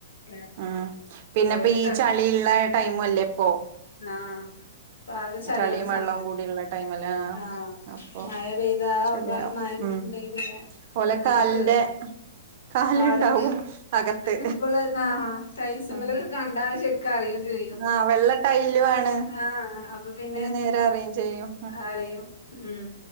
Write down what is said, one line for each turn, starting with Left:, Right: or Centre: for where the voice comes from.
Left: ആ
Right: ഉം പിന്നെപ്പ
Left: ഓല്
Right: ഈ ചളീള്ള ടൈമു അല്ലേ ഇപ്പൊ.
Left: ണാ പാകശാലിയാണ്
Right: ചളിയും വെള്ളവും
Left: സമയം
Right: കൂടിയുള്ള ടൈമല്ലേ
Left: ആഹ്
Right: അപ്പൊ
Left: മയ പെയ്താ
Right: ശരിയാവും
Left: മയേണ്ടങ്കി
Right: ഉം
Left: പിന്നെ
Right: ഓലെ
Left: അങ്ങനെ
Right: കാലിന്റെ
Left: കേറും
Right: കാലുണ്ടാവും
Left: പാടൽ
Right: അകത്ത്
Left: ഇപ്പോൾ ആഹ് ടൈൽസുമേലൊക്കെ
Right: ഉം
Left: കണ്ടാ ശരി ക്കറിയും ചെയ്യും
Right: ആഹ് വെള്ള ടൈലു ആണ്
Left: ആഹ് അപ്പൊ പിന്നെ
Right: നേരെ അറിയും ചെയ്യും
Left: അറിയും ഉം